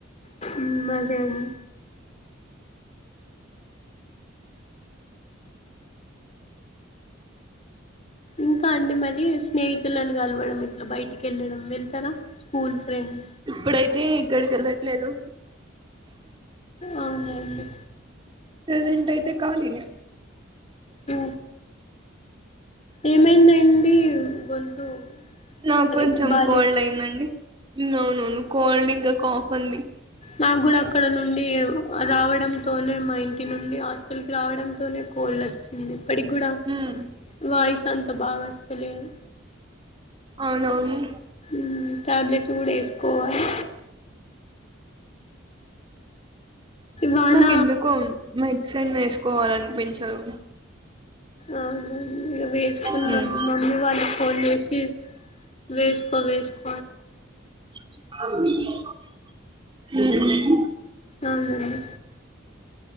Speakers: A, on the left; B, on the right.
A: ఉమ్ అదే అండి ఇంకా అండి మరి స్నేహితులను కలవడం, ఇట్ల బయటికి వెళ్ళడం, వెళ్తరా స్కూల్ ఫ్రెండ్?
B: ఇప్పుడైతే ఇక్కడికి వెళ్ళట్లేదు
A: అవునండి
B: ప్రసెంట్ అయితే కాలినే
A: మ్ ఏమైందండి గొంతు
B: నాకు
A: సరే
B: కొంచెం
A: బాలే
B: కోల్డ్ అయిందండి అవునవును కోల్డ్ ఇంకా కాఫ్ అండి
A: నా క్ కూడా అక్కడ నుండి రావడంతోనే మా ఇంటి నుండి హాస్టల్ కి రావడంతోనే కోల్డ్ వచ్చింది ఇప్పటికి కూడా
B: ఉమ్.
A: వాయిస్ అంతా బాగా వస్తలేదు
B: అవునవును
A: హ్మ్మ్ ట్యాబ్లెట్లు కూడ వేసుకోవాలి వాన
B: నాకెందుకో మెడిసిన్ వేసుకోవలనిపించదు.
A: అవునండి వేసుకున్నం
B: హ్మ్.
A: మమ్మీ వాల్లు ఫోన్ చేసి వేసుకో వేసుక్
B: ఉ ఉ
A: అవునండి